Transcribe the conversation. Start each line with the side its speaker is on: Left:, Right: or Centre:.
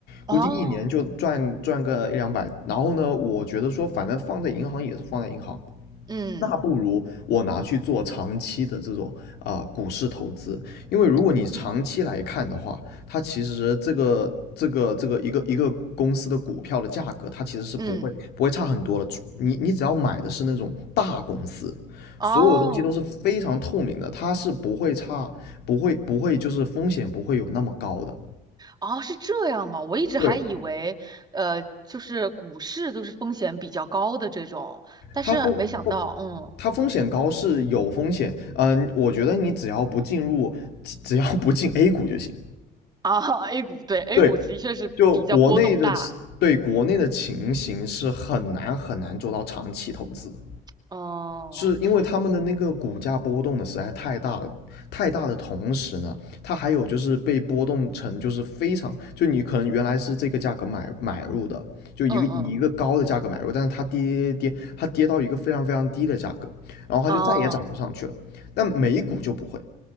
Right: 哦，
Left: 估计一年就赚赚个一两百。然后呢，我觉得说反正放在银行也是放在银行，
Right: 嗯
Left: 那不如我拿去做长期的这种啊、呃股市投资，因为如果你长期来看的话，
Right: 嗯
Left: 它其实这个这个这个一个一个公司的股票的价格，它其实是不会不会差很多了。
Right: 嗯
Left: 你你只要买的是那种大公司，
Right: 哦。
Left: 所有东西都是非常透明的，它是不会差，不会不会就是风险不会有那么高的。
Right: 哦，是这样吗？我一直还以为，
Left: 对，
Right: 呃，就是股市都是风险比较高的这种，但是没想到，
Left: 它风风
Right: 嗯，
Left: 它风险高是有风险，嗯、呃我觉得你只要不进入，只要不进 A 股就行。
Right: 啊 <laughs>，A 股对 A
Left: 对，
Right: 股的确是比较波动大，
Left: 就国内的对国内的情形是很难很难做到长期投资的，
Right: 哦，
Left: 是因为他们的那个股价波动的实在太大了，太大的同时呢，它还有就是被波动成就是非常，就你可能原来是这个价格买买入的，就一个以一个高的价格买入，
Right: 嗯嗯，
Left: 但是它跌跌跌，它跌到一个非常非常低的价格，然后它就再也涨不上去了。
Right: 啊，
Left: 但美股就不会，